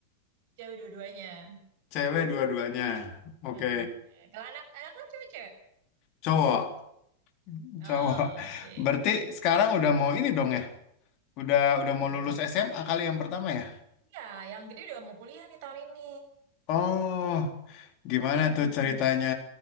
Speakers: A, on the right; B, on the left.
A: Cewek dua-duanya.
B: Cewek dua-duanya. Oke,
A: Heeh. Kalau anak, anak lu cewek-cewek?
B: Cowok.
A: Oh,
B: Cowok.
A: oke.
B: Berarti sekarang udah mau ini dong ya? Udah udah mau
A: Apa
B: lulus
A: tuh?
B: SMA kali yang pertama ya?
A: Iya, yang gede udah mau kuliah nih tahun ini.
B: Oh, gimana
A: Hmm,
B: tuh ceritanya